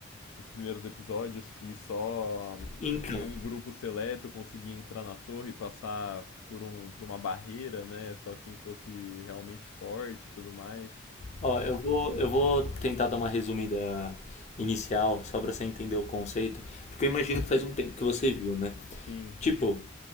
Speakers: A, on the left; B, on the left.
A: nos primeiros episódios que só
B: Então,
A: um, um grupo seleto conseguia entrar na torre e passar por, um, por uma barreira, né? Só quem fosse realmente forte e tudo mais.
B: Ó, eu vou, eu vou tentar dar uma resumida inicial, só pra você entender o conceito, porque eu imagino que faz um tempo que você viu, né?
A: Sim,
B: Tipo,